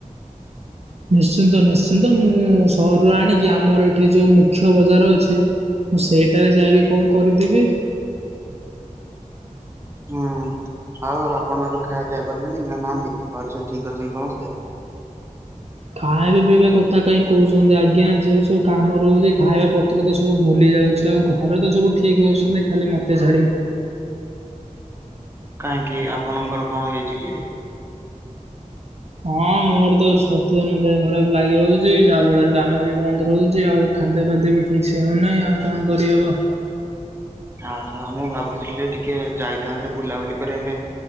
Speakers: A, on the right; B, on the right.
A: ନିଶ୍ଚିନ୍ତ ନିଶ୍ଚିନ୍ତ, ମୁଁ ସହରରୁ ଆଣିକି ଆମର ଏଠି ଯୋଉ ମୁଖ୍ୟ ବଜାର ଅଛି ମୁଁ ସେଇଟାରେ ଯାଇକି କଣ କରିଦେବି।
B: ହୁଁ, ଆଉ ଆପଣ ଖାଇବା ପିଆ କଲେଣି ନା ନାହାନ୍ତି? ଘରେ ସବୁ ଠିକ ଅଛନ୍ତି ସମସ୍ତେ?
A: ଖାଇବା ପିଇବା କଥା କାହିଁ କହୁଛନ୍ତି ଆଜ୍ଞା, ଯେଉଁ ସବୁ କାମ ରହୁଛି ଖାଇବା ପତ୍ର ତ ସବୁ ଭୁଲି ଯାଉଛି ଆଉ ଘରେ ତ ସବୁ ଠିକ୍ ଅଛନ୍ତି ଖାଲି ମୋତେ ଛାଡ଼ି।
B: କାହିଁକି ଆପଣଙ୍କର କଣ ହେଇଛି କି?
A: ହଁ ମୋର ତ <unintelligible> ଦିନ ଦେହ ଖରାପ ଲାଗି ରହୁଛି ଯାହା ଫଳରେ କାମ ବି ବନ୍ଦ ରହୁଛି ଆଉ। ଖାଦ୍ୟଫାଦ୍ୟ ବି ଠିକ୍ ସେ ହେଉନାହିଁ, ଆଉ କଣ କରିହେବ।
B: ଓହୋ, ମୁଁ ଭାବୁଥିଲି ଯେ ଟିକେ ଯାଇଥାନ୍ତେ ବୁଲାବୁଲି କରିବା ପାଇଁ